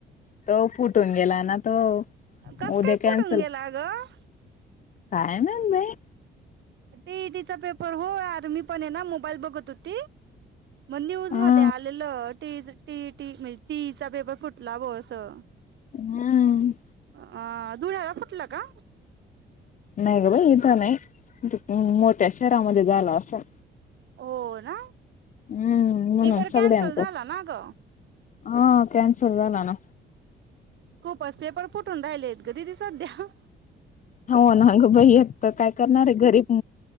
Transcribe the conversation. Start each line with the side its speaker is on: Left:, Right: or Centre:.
Left: तो फुटून गेला ना तो.
Right: कसं
Left: उद्या
Right: काय
Left: कॅन्सल
Right: फुटून गेला गं.
Left: काय <inaudible> म बाई.
Right: <inaudible> ते ईटीचा पेपर हो आर मी पण ये ना मोबाईल बघत होती. मग न्यूज
Left: हा
Right: मध्ये आलेलं टी टी टी म्हणजे टीचा पेपर फुटला ब असं.
Left: हम.
Right: अ धुळ्याला फुटलं का?
Left: नाही ग <inaudible> ब इथं नाही मोठ्या शहरामध्ये झालं असं.
Right: हो ना
Left: हम्म म्हणून
Right: पेपर कॅन्सल
Left: सगळ्यांचच
Right: झाला ना ग.
Left: हा कॅनसल झाला ना.
Right: खूपच पेपर फुटून राहिले आहेत <inaudible> ग तीी सध्या.
Left: <inaudible> हो नाग <inaudible> भाईत काय करणार आहे गरीब